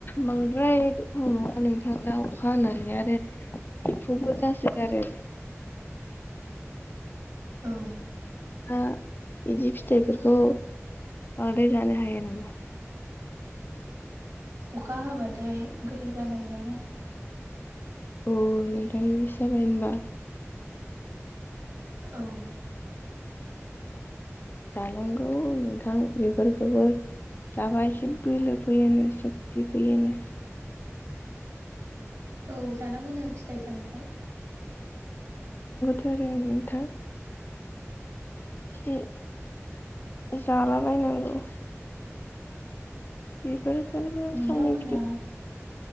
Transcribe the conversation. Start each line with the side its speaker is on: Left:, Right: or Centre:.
Left: बांद्राय गोथाव नङा नोंथां थां दा अखा हानानै आरो एम्फौबो जासो गारो
Right: औ
Left: ओ इदि फिथाइफोरखौ बांद्राय जानो हाया नामा?
Right: अखा हाबाथाय गोथाव जानो नागिरा ना।
Left: अ नोंथां जाबाय होनबा।
Right: औ
Left: जानांगौ नोंथां बेफोरखौबो जाबा एसे बोलो फैयोनो सकति फैयोनो।
Right: औ जानांगौनो फिथाइ सामथाइ
Left: <unintelligible> नोंथां एसे जालाबायनांगौ। बेफोर <unintelligible> सावनि
Right: नोंथांमोनहा
Left: फिथो